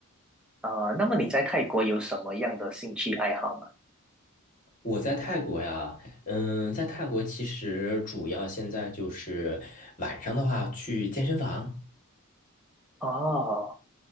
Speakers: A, in the centre; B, on the left (about 35°).
A: 啊、那么你在泰国有什么样的兴趣爱好吗？
B: 我在泰国呀，嗯，在泰国其实主要现在就是晚上的话去健身房。
A: 哦